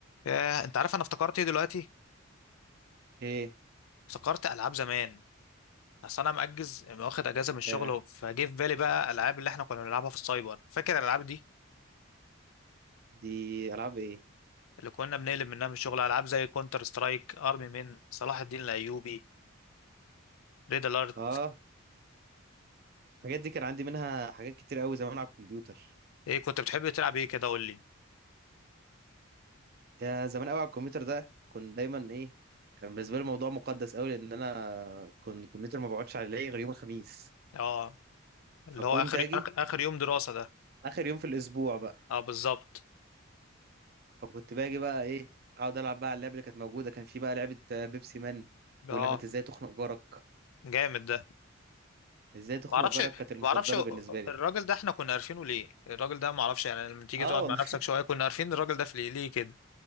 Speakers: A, on the left; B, on the right.
A: ياه انت عارف انا افتكرت ايه دلوقتي
B: ايه
A: افتكرت العاب زمان اصل انا مأجز واخد اجازه من الشغل
B: يا
A: فجه في بالي بقى الالعاب اللي احنا كنا بنلعبها في السايبر فاكر الالعاب دي
B: دي العاب ايه
A: اللي كنا بنقلب منها من الشغل العاب زي كونتر سترايك ارمي من صلاح الدين الايوبي ريد الارت
B: اه الحاجات دي كان عندي منها حاجات كتير قوي زمان على الكمبيوتر
A: ايه كنت بتحب تلعب ايه كده قول لي
B: يا زمان قوي على الكمبيوتر ده كنت دايما ايه كان بالنسبه لي الموضوع مقدس قوي لان انا كنت الكمبيوتر ما بقعدش عليه غير يوم الخميس
A: اه اللي
B: فكنت
A: هو اخر
B: اجي
A: اخر آخر يوم دراسه ده
B: اخر يوم في الاسبوع بقى
A: اه بالظبط
B: فكنت باجي بقى ايه اقعد العب بقى على اللعبه اللي كانت موجوده كان في بقى لعبه آه، بيبسي مان ولعبه
A: اه
B: ازاي تخنق جارك
A: جامد ده
B: ازاي تخنق
A: ما اعرفش
B: جارك كانت المفضله
A: ما اعرفش
B: بالنسبه لي
A: الراجل ده احنا كنا عارفينه ليه الراجل ده ما اعرفش يعني لما تيجي
B: اه
A: تقعد
B: والله
A: مع نفسك شويه كنا عارفين الراجل ده في ليه ليه كده